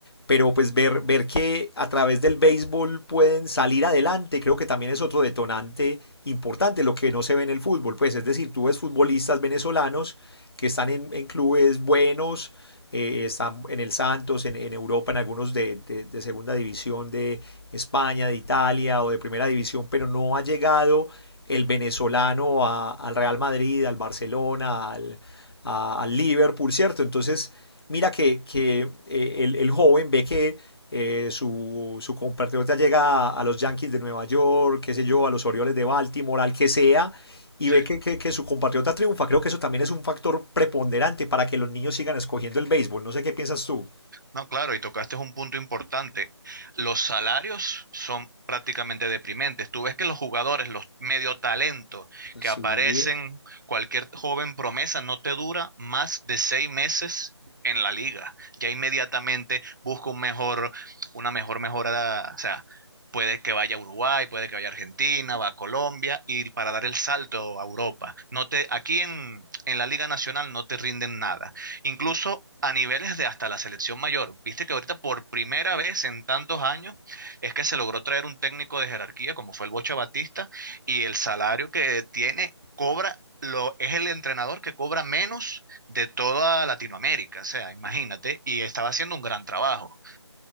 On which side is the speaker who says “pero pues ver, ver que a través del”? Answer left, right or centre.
Left